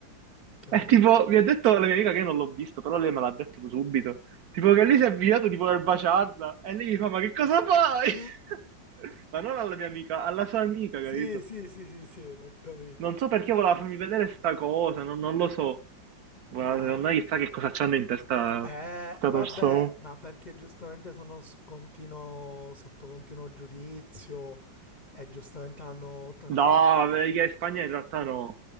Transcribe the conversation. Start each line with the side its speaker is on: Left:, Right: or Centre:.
Left: ok.
Right: E tipo, mi ha detto la mia amica che io non l'ho visto, però lei me l'ha detto subito. Tipo che lei si è avvicinato di voler baciarla, e lei mi fa, ma che cosa fai?
Left: Mm.
Right: <laughs> Ma non alla mia amica, alla sua amica,
Left: Sì,
Right: capito?
Left: sì, sì, sì, sì, l'ho capito.
Right: Non so perché voleva farmi vedere sta cosa, non, non lo so. Guarda,
Left: No,
Right: secondo me chissà che cosa c'hanno in testa
Left: eh,
Right: sta
Left: vabbè,
Right: persona.
Left: ma perché giustamente sono s- continuo- sotto continuo giudizio e giustamente hanno tanti
Right: No, vabbè,
Left: problemi.
Right: che in Spagna in realtà no.